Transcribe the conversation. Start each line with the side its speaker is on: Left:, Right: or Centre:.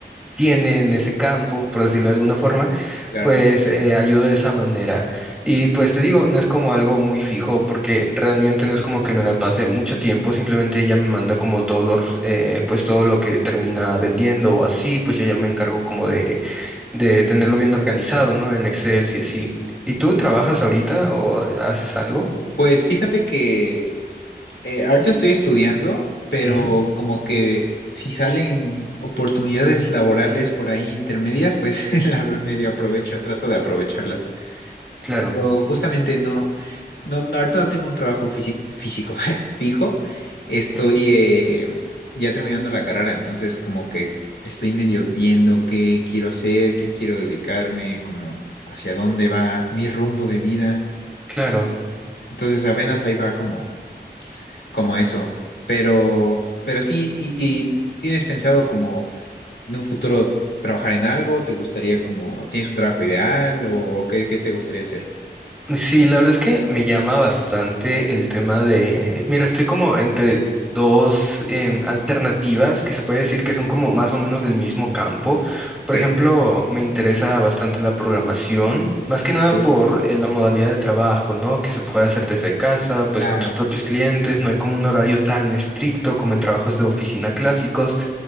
Centre: tiene en ese campo, por decirlo de alguna forma,
Left: claro.
Centre: pues eh, ayudo de esa manera. Y pues te digo, no es como algo muy fijo porque realmente no es como que me la pase mucho tiempo, simplemente ella me manda como todos los, eh, pues todo lo que termina vendiendo o así, pues yo ya me encargo como de, de tenerlo bien organizado, ¿no? En Excel y así. ¿Y tú trabajas ahorita o eh, haces algo?
Left: Pues fíjate que eh, ahorita estoy estudiando, pero
Centre: Ujú,
Left: como que si salen oportunidades laborales por ahí intermedias, pues <laughs> las medio aprovecho, trato de aprovecharlas.
Centre: Claro,
Left: Pero justamente no, no, no, ahorita no tengo un trabajo físico, físico <laughs> fijo. Estoy
Centre: ujú,
Left: eh, ya terminando la carrera, entonces como que estoy medio viendo qué quiero hacer, qué quiero dedicarme, como hacia dónde va mi rumbo de vida.
Centre: claro.
Left: Entonces apenas ahí va como, como eso. Pero, pero sí, y, y ¿tienes pensado como en un futuro trabajar en algo? ¿Te gustaría como, tienes un trabajo ideal o, o qué, qué te gustaría hacer?
Centre: Sí, la verdad es que me llama bastante el tema de, mira, estoy como entre dos em, alternativas que se puede decir que son como más o menos del mismo campo.
Left: Ok,
Centre: Por ejemplo, me interesa bastante la programación, más que nada
Left: ok,
Centre: por eh, la modalidad de trabajo, ¿no? Que se puede hacer desde casa, pues
Left: claro,
Centre: con tus propios clientes, no hay como un horario tan estricto como en trabajos de oficina clásicos.